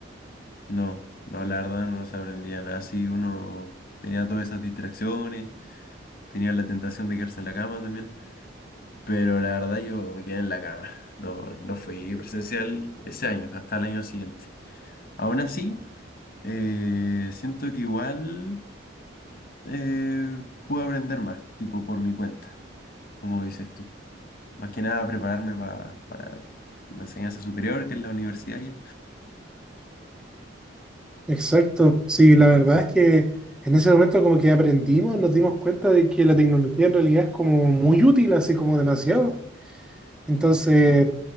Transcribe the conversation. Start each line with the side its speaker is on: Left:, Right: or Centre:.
Left: No, no, la verdad no se aprendía nada. Así uno tenía todas esas distracciones, tenía la tentación de quedarse en la cama también. Pero la verdad yo me quedé en la cama. No, no fui presencial ese año, hasta el año siguiente. Aún así, eh, siento que igual eh, pude aprender más, tipo por mi cuenta, como dices tú. Más que nada prepararme pa- para la enseñanza superior, que es la universidad ya.
Centre: Exacto, sí, la verdad es que en ese momento como que aprendimos, nos dimos cuenta de que la tecnología en realidad es como muy útil, así como demasiado. Entonces